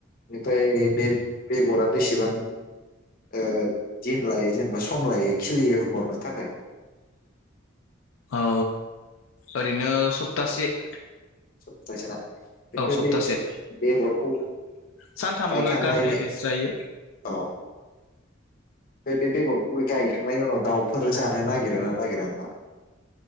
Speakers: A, on the left; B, on the left.
A: बेनिफ्राय बे बेगरा बेसेबां? ओ दिन लायो जेनेबा सम लायो खिलियो हरनो थाखाय।
B: औ ओरैनो सप्तासे ।
A: सप्तायसेना बेनिफ्राय
B: औ सप्तासे
A: बे बेगरखौ।
B: सानथामावनो
A: गायखांनायनि
B: गाजाया बेस्रायो
A: औ फाय बे बेगरखौ गायखांनायनि उनाव दाउफोर जानो नागिरोना नागिरा हा? <inaudible>